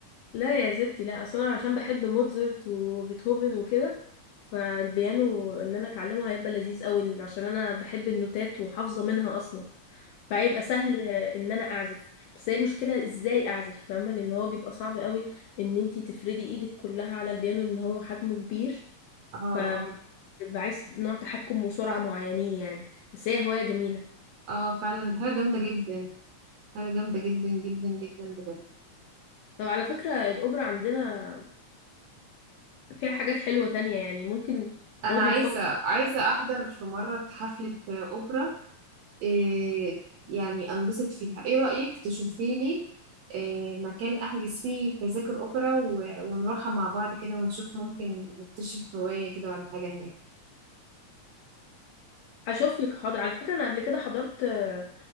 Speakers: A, on the left; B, on the right.
A: لا يا ستي لا اصل انا عشان بحب موتزارت وبيتهوفن وكده فالبيانو ان انا اتعلمه هيبقى لذيذ قوي عشان انا بحب النوتات وحافظه منها اصلا فهيبقى سهل ان انا اعزف بس هي المشكله ازاي اعزف فاهمه لان هو بيبقى صعب قوي ان انتي تفردي ايدك كلها على البيانو لان هو حجمه كبير
B: اه
A: فبيبقى
B: اه
A: عايز نوع تحكم وسرعه معينين يعني بس هي هوايه جميله
B: اه فعلا دي حاجة جامدة جدا حاجة جامدة جدا جدا جدا بجد
A: طب على فكره الاوبرا عندنا فيها حاجات حلوه تانية يعني ممكن
B: انا
A: برضو
B: عايزة
A: نفكر
B: عايزة احضر في مرة حفلة اوبرا إيه يعني انبسط فيها ايه رأيك تشوفي لي إيه مكان احجز فيه تذاكر اوبرا و- ونروحها مع بعض كده ونشوف ممكن نكتشف هواية كده ولا حاجة هناك
A: هشوف لك حاضر على فكرة انا قبل كده حضرت آه،